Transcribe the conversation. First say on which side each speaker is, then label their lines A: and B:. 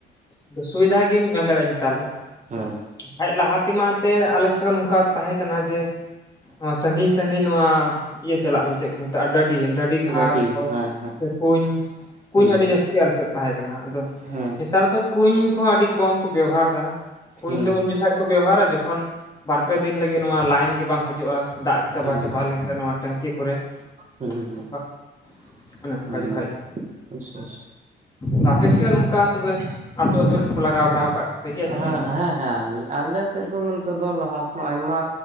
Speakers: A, on the left; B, on the right.
A: ᱟᱫᱚ ᱥᱩᱵᱤᱫᱷᱟ ᱜᱮᱢ ᱢᱮᱱ ᱫᱟᱲᱮᱭᱟᱜ-ᱟ ᱧᱮᱛᱟᱨ ᱫᱚ᱾
B: ᱦᱮᱸ᱾
A: ᱦᱮᱡᱽ ᱞᱟᱦᱟ ᱛᱮᱢᱟ ᱮᱱᱛᱮᱜ ᱟᱞᱮᱥᱮᱜ ᱦᱚ ᱱᱚᱝᱠᱟ ᱛᱟᱦᱮᱸ ᱠᱟᱱᱟᱱᱟ ᱡᱮ ᱱᱚᱣᱟ ᱥᱟᱺᱜᱤᱧ ᱥᱟᱺᱜᱤᱧ ᱱᱚᱣᱟ ᱤᱭᱟᱹ ᱪᱟᱞᱟᱜ ᱢᱮ ᱪᱮᱫ ᱠᱚ ᱢᱮᱛᱟᱜ-ᱟ ᱰᱟᱹᱰᱤ ᱰᱟᱹᱰᱤ ᱜᱷᱟᱴ
B: ᱜᱟᱹᱰᱤ
A: <unintelligible>
B: ᱦᱮᱸ
A: ᱥᱮ ᱠᱩᱧ᱾ ᱠᱩᱧ
B: ᱦᱮᱸ
A: ᱟᱹᱰᱤ ᱡᱟᱹᱥᱛᱤ ᱟᱞᱮᱥᱮᱜ ᱛᱟᱦᱮᱸ ᱠᱟᱱᱟ ᱟᱫᱚ
B: ᱦᱩᱸ ᱦᱩᱸ
A: ᱧᱮᱛᱟᱨ ᱫᱚ ᱠᱩᱧ ᱠᱚᱦᱚᱸ ᱟᱹᱰᱤ ᱠᱚᱢ ᱠᱚ ᱵᱮᱣᱦᱟᱨ ᱮᱫᱟ ᱠᱩᱧ
B: ᱦᱩᱸ
A: ᱫᱚ ᱩᱱ ᱡᱚᱠᱷᱟᱡ ᱠᱚ ᱵᱮᱣᱦᱟᱨᱟ ᱡᱚᱠᱷᱚᱱ ᱵᱟᱨ ᱯᱮ ᱫᱤᱱ ᱞᱟᱹᱜᱤᱫ ᱱᱚᱣᱟ ᱞᱟᱤᱱ ᱜᱮ ᱵᱟᱝ ᱦᱤᱡᱩᱜ-ᱟ ᱫᱟᱜ ᱪᱟᱵᱟ
B: ᱦᱩᱸ
A: ᱪᱟᱵᱟ ᱞᱮᱱᱠᱷᱟᱱ ᱱᱚᱣᱟ ᱴᱮᱝᱠᱤ ᱠᱚᱨᱮ
B: ᱦᱩᱸ
A: ᱚᱠᱟ ᱚᱱᱮ ᱚᱱᱠᱟ
B: ᱦᱩᱸ
A: ᱡᱚᱠᱷᱚᱡ ᱜᱮ ᱦᱟᱸᱜ᱾
B: ᱟᱪᱪᱷᱟ ᱟᱪᱪᱷᱟ
A: ᱛᱚ ᱟᱯᱮᱥᱮᱜ
B: ᱦᱩᱸ
A: ᱱᱚᱝᱠᱟ ᱛᱚᱵᱮ ᱟᱛᱩ ᱟᱛᱩ ᱨᱮᱠᱚ ᱞᱟᱜᱟᱣ ᱵᱟᱲᱟ ᱟᱠᱟᱫ ᱯᱮ ᱜᱮᱭᱟ ᱡᱟᱹᱱᱤ?
B: ᱦᱮᱸ ᱦᱮᱸ ᱦᱮᱸ ᱟᱞ <unintelligible> ᱟᱞᱮ ᱥᱮᱫ ᱫᱚ ᱱᱚᱱᱛᱮ ᱫᱚ ᱞᱟᱦᱟᱸ ᱠᱷᱚᱱᱟᱜ ᱟᱭᱢᱟ